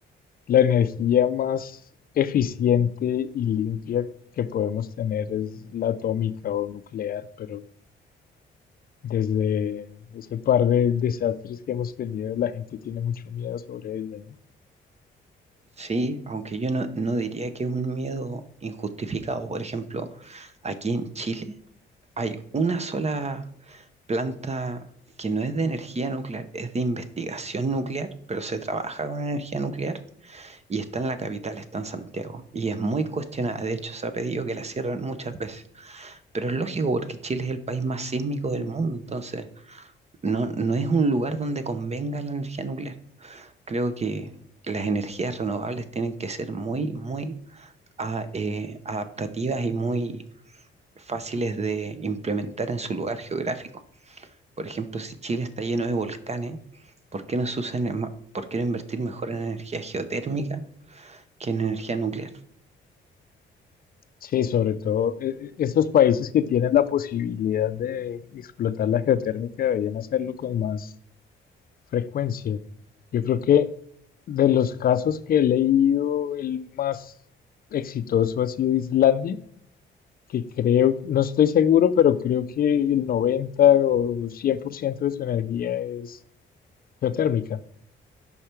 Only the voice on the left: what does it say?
la energía más eficiente y limpia que podemos tener es la atómica o nuclear, pero desde ese par de desastres que hemos tenido, la gente tiene mucho miedo sobre ello, ¿no?
Sí, sobre todo eh, eh, estos países que tienen la posibilidad de explotar la geotérmica deberían hacerlo con más frecuencia. Yo creo que de los casos que he leído, el más exitoso ha sido Islandia, que creo, no estoy seguro, pero creo que el 90 o 100% de su energía es geotérmica.